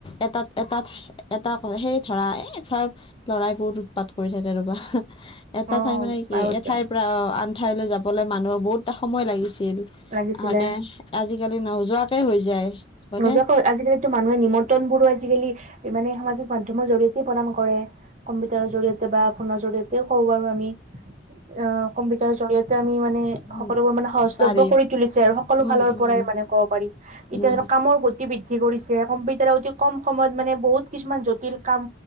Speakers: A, on the left; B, on the right.
A: এটাত-এটাত এটা সেই ধৰা এফাৰ লৰাই বহুত উৎপাত কৰি থাকে ৰবা <unintelligible> এটা
B: অ
A: ঠাই মানে কি
B: বাৰু
A: এঠাইৰ
B: দিয়া
A: পৰা আন ঠাইলৈ যাবলৈ মানুহৰ বহুত এটা সময় লাগিছে ছিল
B: লাগিছিলে
A: মানে আজিকালি নহোযোৱাকে হৈ যায়। হয়নে
B: নোজোৱাকৈ আজিকালিতো মানুহে নিমন্ত্ৰণ বোৰাই আজিকালি মানে সামাজিক মাধ্যমৰ জৰিয়তে প্ৰদান কৰে। কম্পিউটাৰৰ জৰিয়তে বা ফোনৰ জৰিয়তে তে কব পাৰো আমি। অ কম্পিউটাৰ জৰিয়তে আমি মানে
A: উম,
B: সকলোবোৰ মানে সহজলভ্য
A: পাৰি
B: কৰি তুলিছে আৰু সকলো
A: উম
B: ফালৰ
A: উম
B: পৰাই মানে ক'ব পাৰি ইতিয়া
A: উম
B: ধৰা গতি বৃদ্ধি কৰিছে কম্পিউটাৰ অতি কম সময়ত মানে বহুত কিছুমান জটিল কাম